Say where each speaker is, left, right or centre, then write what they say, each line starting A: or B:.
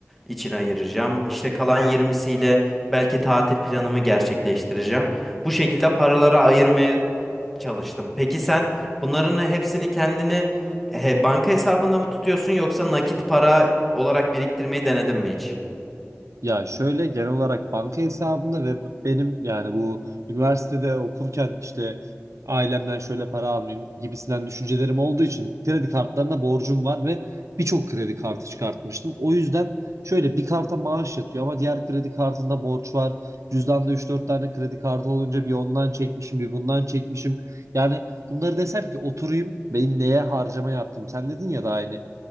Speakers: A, in the centre; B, on the right (about 80°).
A: için ayıracağım. İşte kalan 20'siyle belki tatil planımı gerçekleştireceğim. Bu şekilde paraları ayırmaya çalıştım. Peki sen bunların hepsini kendini he, banka hesabında mı tutuyorsun yoksa nakit para olarak biriktirmeyi denedin mi hiç?
B: Ya şöyle genel olarak banka hesabımda ve b- benim yani bu üniversitede okurken işte ailemden şöyle para almayayım gibisinden düşüncelerim olduğu için kredi kartlarına borcum var ve birçok kredi kartı çıkartmıştım. O yüzden şöyle bir karta maaş yatıyor ama diğer kredi kartında borç var. Cüzdanda üç dört tane kredi kartı olunca bir ondan çekmişim bir bundan çekmişim. Yani bunları desem ki oturayım benim neye harcama yaptım. Sen dedin ya da aynı